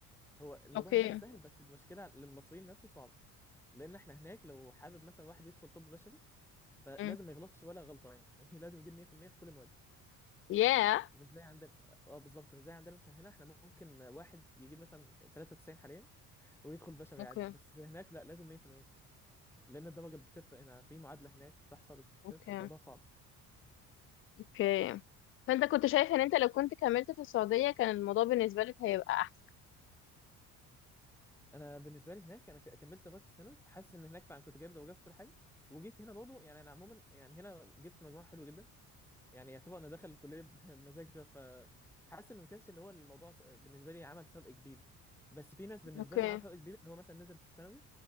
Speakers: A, in the centre; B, on the left.
A: هو الموضوع
B: اوكي
A: هناك سهل بس المشكله للمصريين نفسه صعب لان احنا هناك لو حابب مثلا واحد يدخل طب بشري فلازم
B: امم
A: ما يغلطش ولا غلطه يعني <laughs> لازم يجيب 100% في المية في كل المواد
B: ياه
A: مش زي عندنا اه بالظبط مش زي عندنا مثلا هنا احنا ممكن واحد يجيب مثلا 93 حاليا ويدخل بشري
B: اوكي
A: عادي بس هناك لا لازم 100% لان الدرجه بتفرق هنا في معادله هناك بتحصل
B: اوكي
A: كده فالموضوع صعب
B: اوكي فانت كنت شايف ان انت لو كنت كملت في السعودية كان الموضوع بالنسبة لك هيبقى احسن
A: انا بالنسبه لي هناك انا ك- كملت لغايه الثانوي فحاسس ان هناك فعلا كنت جايب درجات في كل حاجه وجيت هنا برضه يعني انا عموما يعني هنا جبت مجموع حلو جدا يعني يعتبر انا داخل الكليه <laughs> بمزاج شويه ف حاسس ان ما كانش اللي هو الموضوع ص- بالنسبه لي عمل فرق كبير بس في ناس بالنسبه
B: اوكي
A: لهم عمل فرق كبير ان هو مثلا نزل في الثانوي